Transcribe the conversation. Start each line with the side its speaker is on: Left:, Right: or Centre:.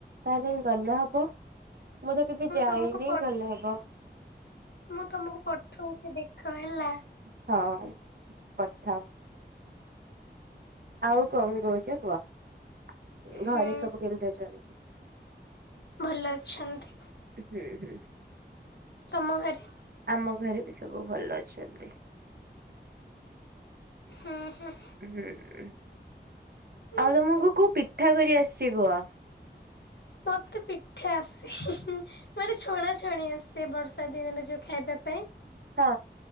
Right: ତାହେଲେ ଗଲେ ହବ ମୁଁ ତ କେବେ ଯାଇନି
Left: ତମକୁ ପ
Right: ଗଲେ ହବ।
Left: ମୁଁ ତମକୁ ପଠଉଛି ଦେଖ ହେଲା?
Right: ହଁ ପଠାଅ? ଆଉ କଣ କହୁଛ କୁହ ଘରେ
Left: ହୁଁ
Right: ସବୁ କେମିତି ଅଛନ୍ତି?
Left: ଭଲ ଅଛନ୍ତି।
Right: ହୁଁ ହୁଁ।
Left: ତମ ଘରେ
Right: ଆମ ଘରେ ବି ସବୁ ଭଲ ଅଛନ୍ତି।
Left: ହଁ ହଁ।
Right: ହୁଁ ହୁଁ
Left: ହୁଁ।
Right: ଆଉ ତମକୁ ପିଠା କରିଆସିବ?
Left: ମତେ ପିଠା ଆସେ ହିହି ନି। ମାନେ ଛଣା ଛଣି ଆସେ ବର୍ଷା ଦିନରେ ଯୋଉ ଖାଇବା ପାଇଁ।
Right: ହଁ।